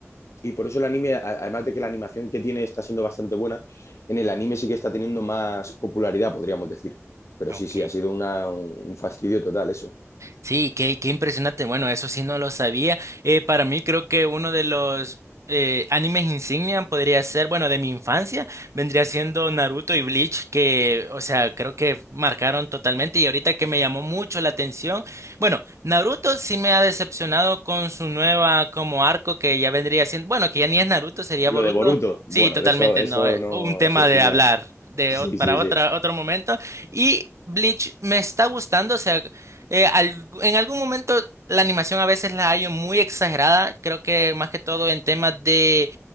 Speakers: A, on the left (about 70°); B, on the right (about 70°).
A: y por eso el anime, además de que la animación que tiene está siendo bastante buena, en el anime sí que está teniendo más popularidad, podríamos decir. Pero
B: Ok.
A: sí, sí, ha sido una, un fastidio total eso.
B: Sí, qué, qué impresionante. Bueno, eso sí no lo sabía. Eh, para mí creo que uno de los eh, animes insignia podría ser, bueno, de mi infancia, vendría siendo Naruto y Bleach, que, o sea, creo que marcaron totalmente. Y ahorita que me llamó mucho la atención, bueno, Naruto sí me ha decepcionado con su nueva como arco que ya vendría siendo, bueno, que ya ni es Naruto, sería
A: Lo
B: Boruto.
A: de Boruto,
B: Sí,
A: bueno,
B: totalmente,
A: de eso, eso
B: no, eh,
A: no,
B: un tema
A: eso es
B: de
A: una.
B: hablar de,
A: Sí,
B: ot- para
A: sí,
B: otra,
A: sí.
B: otro momento. Y Bleach me está gustando, o sea, eh, al- en algún momento la animación a veces la hallo muy exagerada. Creo que más que todo en temas de,